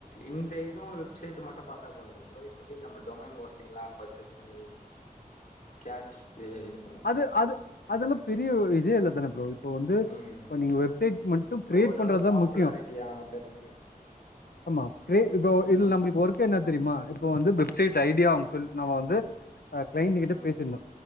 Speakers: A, on the left; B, on the left.
A: இந்த இதுவு வெப்செட் மட்டு பாத்தா போதுங்கள ப்ரோ இப்பத்தி நம்ம டொமைன் வொஸ்டிங்லா பச்சேஸ் பண்ணி கேஷ் இத இது பண்லா
B: து அது அதெல்லா பெரிய ஒரு இதே இல்ல தான ப்ரோ இப்போ வந்து
A: ம்
B: இப்ப நீங்க வெப்சைட் மட்டு கிரியேட்
A: இப்போ ஓரளவு
B: பண்றதுதா
A: பாப்புலாரிட்டி
B: முக்யோ
A: ஆன பிறகு
B: அமா கே இப்ப
A: ம்
B: இதுல நம்ளுக் ஒர்க் என்ன தெரியுமா இப்ப வந்து ஸேட் ஐடியா அவ்ங்க சொல்லி நம் வந்து கிளைண்ட் கிட்ட
A: ம்
B: பேசிணு